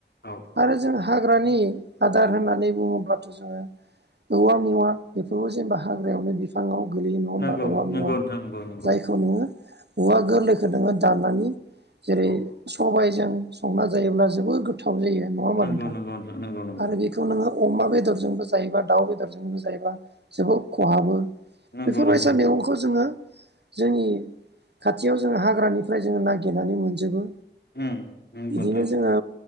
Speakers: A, on the left; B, on the right.
A: औ
B: आरो जों हाग्रानि आदार होननानै बुङोब्लाथ' जोङो औवा मेवा बेफोरखौ जेनबा हाग्रायावनो बिफाङाव गोलैयो नङा होनबा
A: नंगौ
B: औवा मेवा
A: नंगौ नोंथां नंगौ नंगौ
B: जायखौ नोङो औवा गोरलैखौ नोङो दाननानै जेरै
A: औ
B: सबाय जों संना जायोब्ला जोबोद गो थाव जायो नङा होमबा
A: नंगौ
B: नोंथां
A: नंगौ नंगौ नंगौ
B: आरो बेखौ नोङो अमा बेदरजोंबो जायोबा दाउ बेदरजोंबो जायोबा जोबोद खहाबो
A: नंगौ
B: बेफोर
A: नंगौ
B: बायसा
A: नोंथां
B: मैगंखौ जोङो जोंनि खाथियाव जोङो हाग्रानिफ्राय जोङो नागिरनानै मोनजोबो
A: उम नंगौ
B: बिदिनो
A: नोंथां नंगौ
B: जोङो